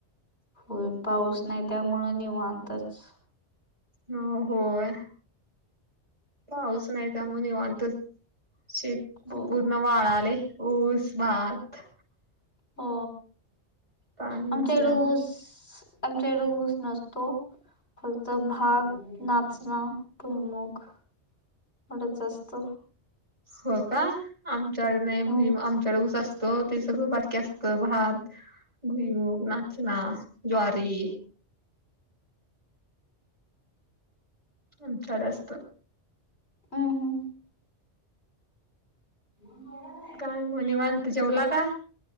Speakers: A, on the left (about 55°); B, on the right (about 25°).
A: हो पाऊस नाही त्यामुळे निवांतच.
B: हो होय पाऊस नाही त्यामुळे निवांतच. शेत
A: हो
B: पूर्ण वाळालय, ऊस, भात.
A: हो,
B: पाणी
A: आमच्याकडे
B: नसल्यामुळे
A: ऊस आमच्याकड ऊस नसतो. फक्त भाात, नाचणं, भुईमूग. एवढंच असत.
B: हो का, आमच्याकडे नाही भुई
A: हो
B: आमच्याकड उस असतो. तो सगळं बाकी असतं भात, भुईमुग, नाचना, ज्वारी. आमच्याकड असत.
A: हम हम. <unintelligible>
B: काय मग निवांत. जेवला का?